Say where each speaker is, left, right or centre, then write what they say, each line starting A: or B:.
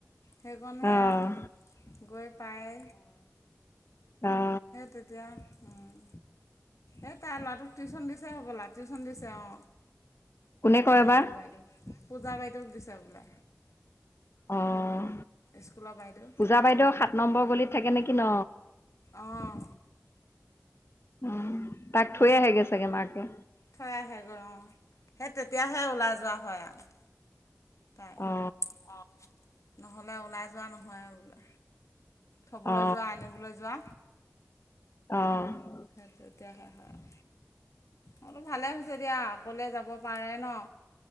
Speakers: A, on the left; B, on the left.
A: সেইকণ সেয়াও
B: আহ
A: গৈ পায়।
B: অ।
A: তেতিয়া উম এই তাই ল'ৰাটোক টিউচন দিছে হ'বলা, টি দিছে অ,
B: কোনে কয়
A: হেৰি
B: বা
A: বাইদেউ পূজা বাইদেউক দিছে বোলে।
B: অঁহ
A: স্কুলৰ বাইদেউ
B: পূজা বাইদেউ সাত নম্বৰ গলিত থাকে নেকি ন?
A: অঁ
B: উম, তাক থৈ আহেগে চাগে মাকে
A: থৈ আহে গৈ অ' সেই তেতিয়াহে ওলাই যোৱা হয় আৱ। তাই,
B: অ
A: অ নহ'লে ওলাই যোৱা নহয় আৰু বোলে। থ'বলৈ
B: অ
A: যোৱা আনিবলৈ যোৱা।
B: অ'।
A: সেই তেতিয়া হে হয় আৰু। অ' ভালে হৈছে দিয়া, অকলে যাব পাৰে ন।